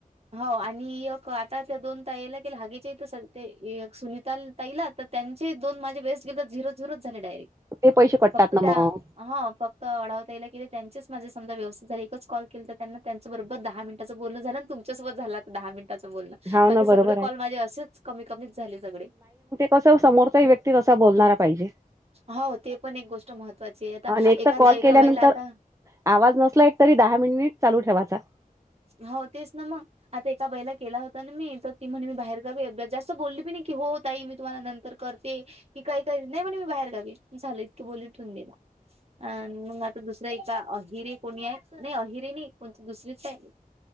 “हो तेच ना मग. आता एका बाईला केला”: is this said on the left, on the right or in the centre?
Right